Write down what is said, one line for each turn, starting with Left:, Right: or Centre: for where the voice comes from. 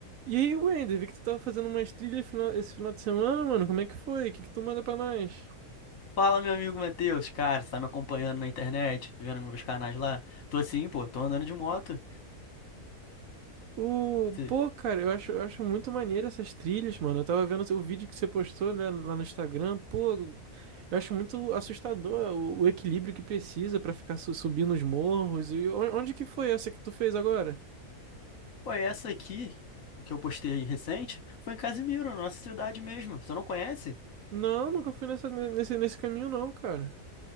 Right: E aí, Wender, vi que tu tava fazendo umas trilhas final- esse final de semana, mano. Como é que foi? O que que tu manda pra nós?
Left: Fala, meu amigo Matheus, cara, você tá me acompanhando na internet, vendo meus canais lá? Tô assim, pô, tô andando de moto.
Right: O...
Left: Te-
Right: Pô, cara, eu acho, eu acho muito maneiro essas trilhas, mano. Eu tava vendo o vídeo que você postou, né, lá no Instagram. Pô, eu acho muito assustador o, o equilíbrio que precisa pra ficar su- subindo os morros. E on- onde que foi essa que tu fez agora?
Left: Pô, essa aqui que eu postei recente foi em Casimiro, nossa cidade mesmo. Você não conhece?
Right: Não, nunca fui nessa, nesse, nesse caminho, não, cara.